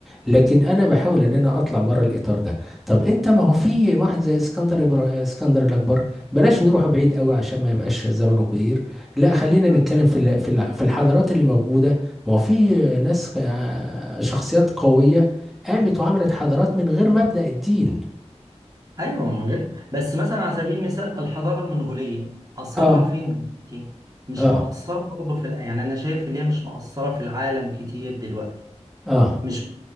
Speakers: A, in the centre; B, on the right.
A: لكن انا بحاول ان انا اطلع بره الاطار ده طب انت ما هو في واحد زي اسكندر إبرا- اسكندر الاكبر بلاش نروح بعيد قوي عشان ما يبقاش زمنه كبير لا خلينا
B: آه.
A: نتكلم في ال- في ال- في الحضارات اللي موجودة ما هو في ناس ق- شخصيات قوية قامت وعملت حضارات من غير مبدأ الدين
B: أيوه من غير بس مثلا على سبيل المثال الحضارة المنغولية أثرها
A: اه
B: فين دلوقتي؟ مش
A: اه
B: مقصرة برضه في الع- يعني أنا شايف اللي هي مش مقصرة في العالم كتير دلوقتي
A: اه
B: مش